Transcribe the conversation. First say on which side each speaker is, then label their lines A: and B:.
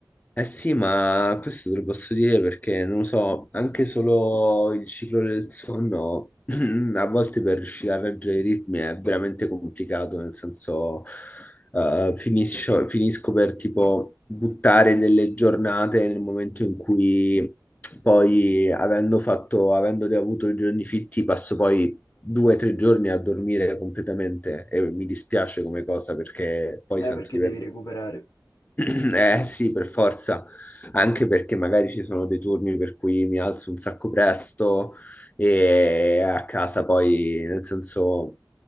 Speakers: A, on the left (about 20°); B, on the left (about 55°).
A: Eh sì, ma questo te lo posso dire perché, non lo so, anche solo il ciclo del sonno, <clears throat> a volte per riuscire a reggere i ritmi è veramente complicato, nel senso, eh, finisco, finisco per tipo buttare delle giornate nel momento in cui poi, avendo fatto, avendo avuto i giorni fitti, passo poi due o tre giorni a dormire completamente e mi dispiace come cosa perché poi
B: Eh,
A: sento
B: perché
A: di aver
B: devi recuperare.
A: <clears throat> Eh sì, per forza, anche perché magari ci sono dei turni per cui mi alzo un sacco presto e a casa poi, nel senso,